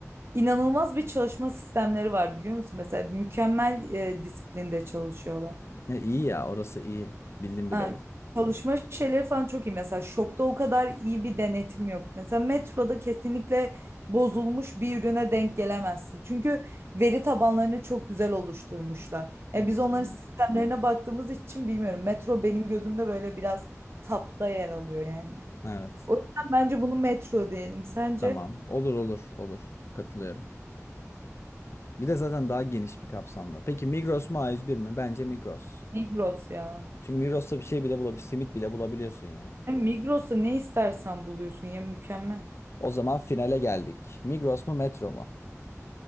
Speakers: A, on the right; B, on the left.
A: İnanılmaz bir çalışma sistemleri var biliyor musun? Mesela mükemmel e, disiplinde çalışıyorlar.
B: E, iyi ya orası iyi. Bildim bileli.
A: Ha, çalışma şeyleri falan çok iyi. Mesela şokta o kadar iyi bir denetim yok. Mesela metroda kesinlikle bozulmuş bir ürüne denk gelemezsin. Çünkü veri tabanlarını çok güzel oluşturmuşlar. Ya
B: Hmm.
A: biz onların sistemlerine baktığımız için bilmiyorum. Metro benim gözümde böyle biraz tapta yer alıyor yani.
B: Evet.
A: O yüzden bence bunu metro diyelim. Sence?
B: Tamam. Olur olur olur. Katılıyorum. Bir de zaten daha geniş bir kapsamda. Peki Migros mu A101 mi? Bence Migros.
A: Migros ya.
B: Çünkü Migros'ta bir şey bile bulabiliyorsun. Simit bile bulabiliyorsun yani.
A: Ya Migros'ta ne istersen buluyorsun ya mükemmel.
B: O zaman finale geldik. Migros mu Metro mu?